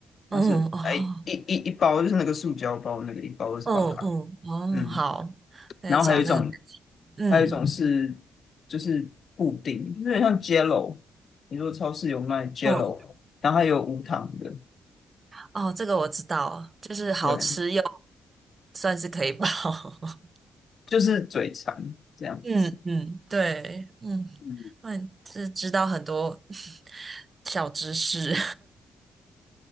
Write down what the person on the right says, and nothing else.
嗯哦，
嗯嗯哦，
好，来找那个，
嗯
嗯
哦，这个我知道，就是好吃又
算是可以饱，<laughs>
嗯嗯，对，嗯，
那你是知道很多 <laughs> 小知识，